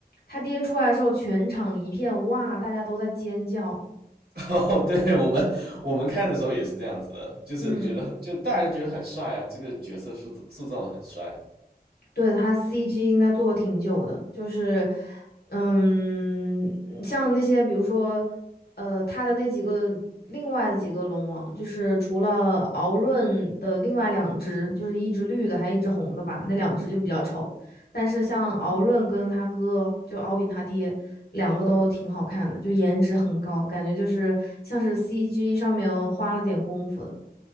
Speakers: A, on the left; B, on the right.
A: 他爹出来的时候，全场一片哇，大家都在尖叫。
B: 哦，对，我们我们看的时候也是这样子的，就是觉得就大家觉得很帅啊，
A: 嗯。
B: 这个角色塑造塑造的很帅。
A: 对，他 CG 应该做的挺久的，就是，嗯，像那些比如说，呃，它的那几个另外的几个龙王，就是除了敖闰的另外两只，就是一只绿的，还一只红的吧，那两只就比较丑。但是像敖闰跟他哥，就敖丙他爹，两个都挺好看的，就颜值很高，感觉就是像是 CG 上面花了点功夫的。